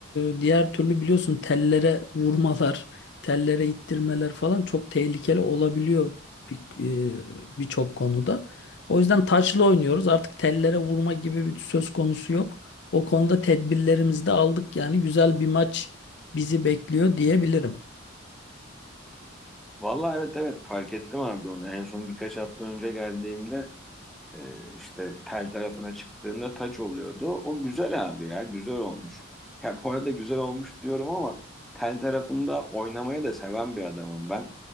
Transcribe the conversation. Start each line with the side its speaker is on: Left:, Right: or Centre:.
Left: e, diğer türlü biliyorsun tellere vurmalar, tellere ittirmeler falan çok tehlikeli olabiliyor bir- e, birçok konuda. O yüzden taçlı oynuyoruz. Artık tellere vurma gibi bir söz konusu yok. O konuda tedbirlerimizi de aldık yani güzel bir maç bizi bekliyor diyebilirim.
Centre: Vallahi evet evet fark ettim abi onu. En son birkaç hafta önce geldiğimde e, işte tel tarafına çıktığında taç oluyordu. O güzel abi ya güzel olmuş. Ya bu arada güzel olmuş diyorum ama tel tarafında oynamayı da seven bir adamım ben.